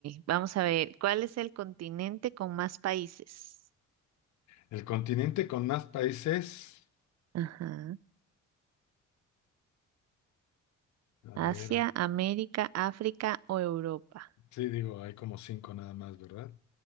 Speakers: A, on the right (about 60°); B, on the left (about 70°).
A: vamos a ver. ¿Cuál es el continente con más países?
B: El continente con más países.
A: Ajá.
B: A
A: Asia,
B: ver,
A: América, África o Europa.
B: sí, digo, hay como cinco nada más, ¿verdad?